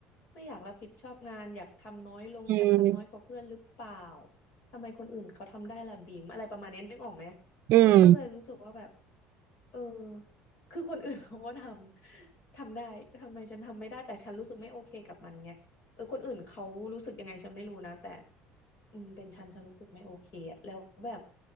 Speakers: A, on the left; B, on the right.
A: ไม่อยากรับผิดชอบงานอยากทำน้อยลงอยากทำน้อยกว่าเพื่อนหรือเปล่า
B: อืม
A: ทำไมคนอื่นเขาทำได้ล่ะบีมอะไรประมาณนี้นึกออกไหม
B: อืม
A: มันก็เลยรู้สึกว่าแบบ เออคือคนอื่น <laughs> เขาก็ทำ ทำได้ ทำไมฉันทำไม่ได้แต่ฉันรู้สึกไม่โอเคกับมันไงเออคนอื่นเขารู้สึกยังไงฉันไม่รู้นะแต่อืมเป็นฉันฉันรู้สึกไม่โอเคอะแล้วแบบ